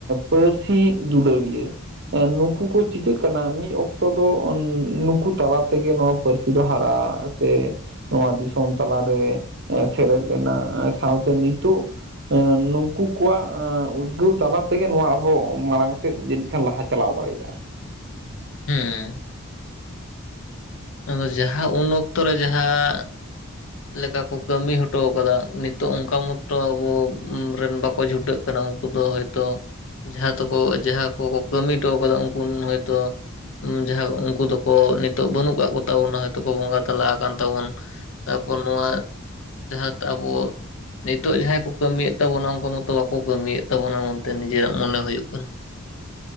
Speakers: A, on the right; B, on the left.
A: ᱯᱟᱹᱨᱥᱤ ᱫᱩᱞᱟᱹᱲᱤᱭᱟᱹ, ᱱᱩᱠᱩ ᱠᱚ ᱪᱤᱠᱟᱹᱜ ᱠᱟᱱᱟ ᱢᱤᱫ ᱚᱠ- ᱛᱚ ᱫᱚ ᱱᱩᱠᱩ ᱛᱟᱞᱟ ᱛᱮᱜᱮ ᱱᱚᱣᱟ ᱯᱟᱹᱨᱥᱤ ᱫᱚ ᱦᱟᱨᱟ ᱥᱮ, ᱱᱚᱣᱟ ᱫᱤᱥᱚᱢ ᱛᱟᱞᱟ ᱨᱮ ᱥᱮᱞᱮᱫ ᱞᱮᱱᱟ᱾ ᱥᱟᱶᱛᱮ ᱱᱤᱛᱳᱜ ᱱᱩᱠᱩ ᱠᱚᱣᱟᱜ ᱩᱫᱽᱜᱟᱹᱣ ᱛᱟᱞᱟ ᱛᱮ ᱜᱮ ᱱᱚᱣᱟ ᱟᱨᱦᱚᱸ ᱢᱟᱲᱟᱝ ᱥᱮᱫ ᱡᱟᱹᱱᱤᱡ ᱠᱷᱟᱱ ᱞᱟᱦᱟᱸ ᱪᱟᱞᱟᱣ ᱫᱟᱲᱮᱭᱟᱜ-ᱟ᱾
B: ᱦᱮᱸ᱾ ᱟᱫᱚ ᱡᱟᱦᱟᱸ ᱩᱱ ᱚᱠᱛᱚ ᱨᱮ ᱡᱟᱦᱟᱸ ᱞᱮᱠᱟ ᱠᱚ ᱠᱟᱹᱢᱤ ᱦᱚᱴᱚ ᱠᱟᱫᱟ ᱱᱤᱛᱟᱹᱜ ᱚᱝᱠᱟ ᱢᱚᱛᱚ ᱟᱵᱚ ᱨᱮᱱ ᱵᱟᱠᱚ ᱪᱷᱩᱴᱟᱹᱜ ᱠᱟᱱᱟ ᱩᱝᱠᱩ ᱫᱚ ᱦᱚᱭ ᱛᱚ ᱡᱟᱦᱟᱸ ᱛᱮᱠᱚ ᱡᱟᱦᱟᱸ ᱠᱚᱠᱚ ᱠᱟᱹᱢᱤ ᱦᱚᱴᱚ ᱠᱟᱫᱟ ᱩᱱᱠᱩ ᱦᱚᱭᱛᱚ ᱡᱟᱦᱟᱸ ᱩᱱᱠᱩ ᱫᱚᱠᱚ ᱱᱤᱛᱟᱹᱜ ᱵᱟᱹᱱᱩᱜ ᱠᱟᱜ ᱠᱚᱛᱟᱵᱚᱱᱟ ᱦᱚᱭᱛᱚ ᱠᱚ ᱵᱚᱸᱜᱟ ᱛᱟᱞᱟ ᱠᱟᱱ ᱛᱟᱵᱚᱱ ᱛᱟᱯᱚᱨ ᱱᱚᱣᱟ ᱡᱟᱦᱟᱸ ᱛᱮ ᱟᱵᱚ ᱱᱤᱛᱟᱹᱜ ᱡᱟᱦᱟᱸᱭ ᱠᱚ ᱠᱟᱹᱢᱤᱭᱮᱜ ᱛᱟᱵᱚᱱᱟ ᱚᱱᱠᱟ ᱢᱚᱛᱚ ᱵᱟᱠᱚ ᱠᱟᱹᱢᱤᱭᱮᱜ ᱛᱟᱵᱚᱱᱟ ᱚᱱᱛᱮ ᱱᱤᱡᱮᱨᱟᱜ ᱢᱚᱱᱮ ᱦᱩᱭᱩᱜ ᱠᱟᱱᱟ ᱾